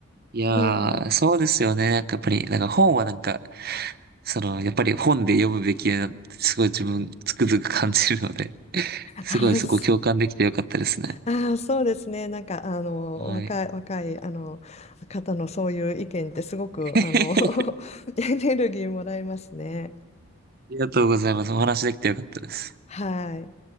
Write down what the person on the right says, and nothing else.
いやー、
そうですよね。なんかやっぱり、なんか本はなんか、その、やっぱり本で読むべきだなってすごい自分つくづく感じるので。
すごいそこ共感できてよかったですね。
はい。
<laughs>
あ
りがとうございます。お話できてよかったです。